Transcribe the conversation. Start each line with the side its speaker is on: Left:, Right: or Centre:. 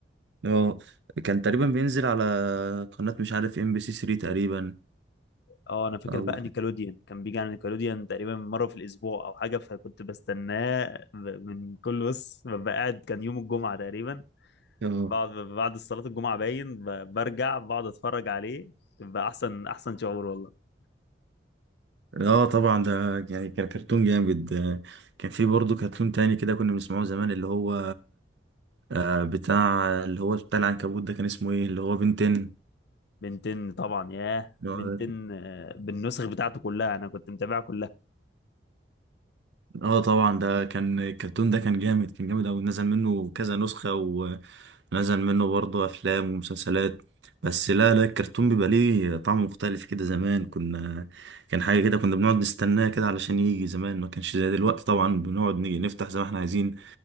Right: اه كان تقريبا بينزل على قناة مش عارف ام بي سي 3 تقريبا
Left: اه انا فاكر
Right: او
Left: بقى نيكلوديان كان بيجي على نيكلوديان تقريبا مره في الاسبوع او حاجه فكنت بستناه ب- من كل بص ببقى قاعد كان يوم الجمعه تقريبا
Right: اه
Left: بعد بعد صلاة الجمعة باين ب- برجع بقعد اتفرج عليه بيبقى احسن احسن شعور والله
Right: اه طبعا ده يعني كان كرتون جامد آه، كان في برضه كرتون تاني كده كنا بنسمعه زمان اللي هو آه، بتاع اللي هو بتاع العنكبوت ده كان اسمه ايه اللي هو بنتين
Left: بنتين طبعا ياه
Right: اللي
Left: بنتين
Right: هو ده كان-
Left: آه، بالنسخ بتاعته كلها انا كنت متابعها كلها
Right: اه طبعا ده كان الكرتون ده كان جامد كان جامد اوي نزل منه كذا نسخة ونزل منه برضه افلام ومسلسلات بس لا لا الكرتون بيبقى ليه طعم مختلف كده زمان كنا كان حاجة كده كنا بنقعد نستناه كده علشان يجي زمان ما كانش زي دلوقتي طبعا بنقعد نيجي نفتح زي ما احنا عايزين